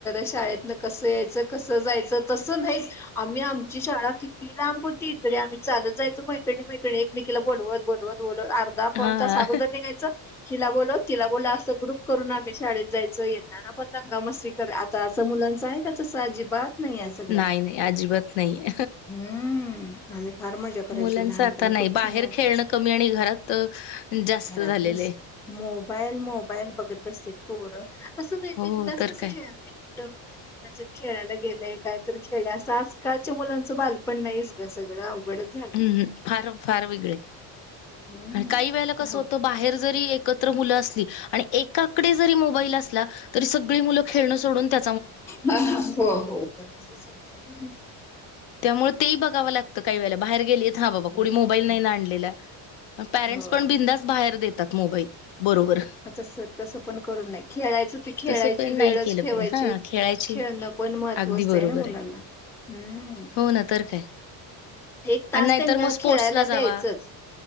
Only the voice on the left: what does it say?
हा
नाही नाही अजिबात नाही
मुलांच
आता नाही
बाहेर
खेळणं कमी आणि घरात अ, जास्त
झालेलं
आहे
हो
तर
काय
हम्म
फार फार वेगळे
काही वेळेला कस
होतं बाहेर जरी एकत्र मुल असली आणि एकाकड जरी मोबाईल असला, तरी सगळी मुल खेळण सोडून त्या
त्यामुळे तेही बघावं लागतं काही वेळेला. बाहेर गेली हा बाबा
कणी मोबाईल नाही ना आणलेल्या परेंट
पण बिंदास बाहेर देतात. मोबाईल. बरोबर
तसं पण नाही
केलं
पाहिजे हा खेळायची
अगदी बरोबर
आहे.
हो ना तर काय.
आणि नाहीतर
मग स्पोर्ट्सला
जावा.